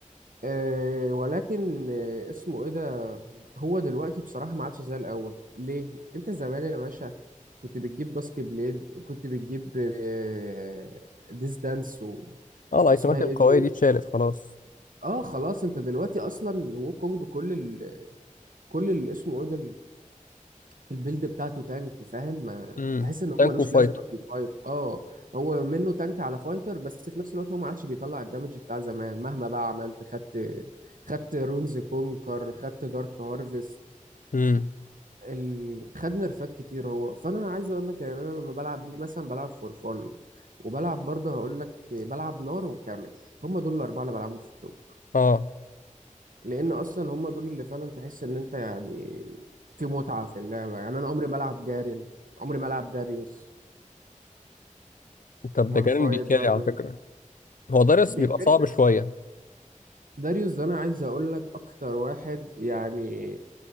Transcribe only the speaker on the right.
أه ولكن آه، اسمه ايه ده هو دلوقتي بصراحه ما عادش زي الاول ليه انت زمان يا باشا كنت بتجيب داسك بليد وكنت بتجيب آه، ديس دانس و...
واسمها ايه
دي
اه خلاص انت دلوقتي اصلا وكونج كل ال... كل اللي اسمه ايه ده البيلد بتاعته تانك فاهم ما
تحس ان هو
ملوش
<laughs> لازمه في الفايت اه هو منه تانك على فايتر بس في نفس الوقت هو ما عادش بيطلع الدمج بتاع زمان مهما بقى عملت خدت خدت رونز كونكر خدت دارك هارفست
ال... خد نرفات كتير هو فانا عايز اقول لك ان انا لما بلعب بيه مثلا بلعب فور فون وبلعب برضه هقول لك بلعب نار وكامل هم دول الاربعه اللي بلعبهم في التوب
لان اصلا هم دول اللي فعلا تحس ان انت يعني في متعه في اللعبه يعني انا عمري ما العب جارين عمري ما العب داريوس
مالفايت
برضو
بيكاري
بس
داريوس ده انا عايز اقول لك اكتر واحد يعني